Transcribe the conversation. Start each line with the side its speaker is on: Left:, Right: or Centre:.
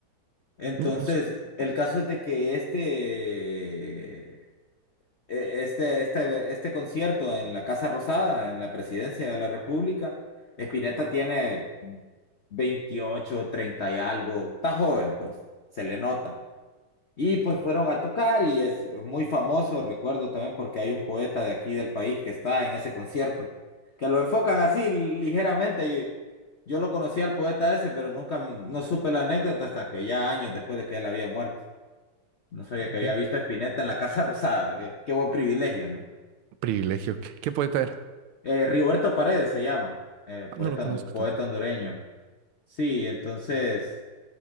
Left: Entonces,
Right: Mm, No sé,
Left: el caso es de que este eh, este, este, este concierto en la Casa Rosada, en la Presidencia de la República, Spinetta tiene veintiocho 30 y algo, está joven, pues, se le nota. Y pues fueron a tocar y es muy famoso, recuerdo también porque hay un poeta de aquí del país que está en ese concierto, que lo enfocan así ligeramente y yo lo conocí al poeta ese, pero nunca no supe la anécdota hasta que ya años después de que él había muerto. No sabía
Right: ok.
Left: que había visto a Spinetta en la Casa Rosada, qué, qué buen privilegio, ¿no?
Right: Privilegio. ¿Qué, qué poeta era?
Left: Eh, Rigoberto Paredes se llama, eh,
Right: Ah,
Left: poeta,
Right: No lo conozco
Left: hondu- poeta
Right: tampoco.
Left: hondureño. Sí, entonces,